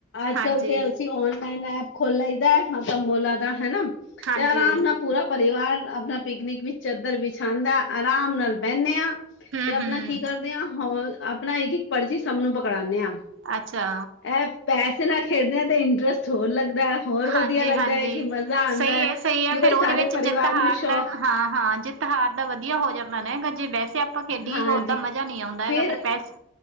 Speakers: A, on the left (about 65°); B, on the right (about 75°).
A: ਅੱਜ
B: ਹਾਂਜੀ
A: ਕਲ ਤੇ ਅਸੀਂ ਔਨਲਾਈਨ ਐਪ ਖੋਲ ਲਈ ਦਾ ਹਾਂ ਤੰਬੋਲਾ ਦਾ ਹੈਨਾ।
B: ਹਾਂਜੀ
A: ਤੇ ਆਰਾਮ ਨਾਲ ਪੂਰਾ ਪਰਿਵਾਰ ਆਪਣਾ ਪਿਕਨਿਕ ਵਿੱਚ ਚੱਦਰ ਵਿਛਾਉਂਦਾ ਆਰਾਮ ਨਾਲ ਬੈਨੇ ਆਂ ਤੇ
B: ਹਮ
A: ਆਪਣਾ
B: ਹਮ
A: ਕੀ ਕਰਦੇ ਆਂ ਹੋਲ ਆਪਣਾ ਇੱਕ ਪਰਚੀ ਸਭ ਨੂੰ ਪਕੜਾਂਦੇ ਆਂ।
B: ਅੱਛਾ
A: ਇਹ ਪੈਸੇ ਨਾ ਖੇਡ ਦੇ ਆਂ ਤਾਂ ਇੰਟਰਸਟ ਹੋਰ ਲੱਗਦਾ। ਹੋਰ
B: ਹਾਂਜੀ-ਹਾਂਜੀ।
A: ਵਧੀਆ ਲੱਗਦਾ ਹੈ ਕਿ ਮਜ਼ਾ
B: ਸਹੀ
A: ਆਂਦਾ ਹੈ
B: ਐ ਸਹੀ ਐ
A: ਕਿ ਬਾਈ
B: ਫੇਰ ਉਹਦੇ
A: ਸਾਰੇ
B: ਵਿੱਚ ਜਿੱਤ
A: ਪਰਿਵਾਰ ਨੂੰ
B: ਹਾਰ
A: ਸ਼ੌਕ
B: ਦਾ ਹਾਂ-ਹਾਂ ਜਿੱਤ ਹਾਰ ਦਾ ਵਧੀਆ ਹੋ ਜਾਂਦਾ ਨਾ ਜੇ ਵੈਸੇ ਆਪਾਂ ਖੇਡੀਏ
A: ਹਾਂਜੀ
B: ਗਾ ਓਦਾਂ ਮਜ਼ਾ ਨਈ ਆਉਂਦਾ
A: ਫੇਰ
B: ਹੈਗਾ ਪਰ ਪੈਸ